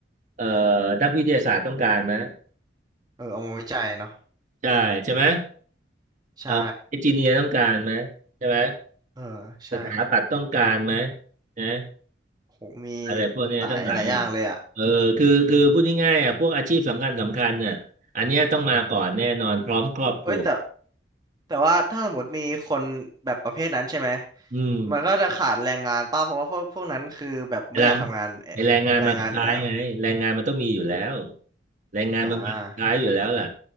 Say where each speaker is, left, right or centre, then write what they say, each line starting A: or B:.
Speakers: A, on the right; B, on the right.
A: เอ่อนักวิทยาศาสตร์ต้องการไหม
B: เออเอามาวิจัยเนาะ
A: ใช่ใช่ไหม
B: ใช่
A: เอ่อเอนจิเนียร์ต้องการไหมใช่ไหม
B: เออใช่
A: สถาปัตย์ต้องการไหมนะ
B: โหมี
A: อะไรพวกเนี้ยตั้งหลายอย่างเออคือคือพูดง่ายๆอ่ะพวกอาชีพสำคัญสำคัญเนี่ยอันเนี้ยต้องมาก่อนแน่นอนพร้อมครอบครัว
B: หลายหลายอย่างเลยอ่ะเอ้ยแต่แต่ว่าถ้าสมมติมีคนแบบประเภทนั้นใช่ไหม
A: อืม
B: มันก็จะขาดแรงงานป้าเพราะว่าพวกพวกนั้นคือแบบไม่อยากทำงานเอ่อแรงงานอยู่แล้ว
A: แรงไอแรงงานมาสุดท้ายไงแรงงานมันต้องมีอยู่แล้วแรงงานมันมาสุดท้ายอยู่แล้วล่ะ
B: อ่า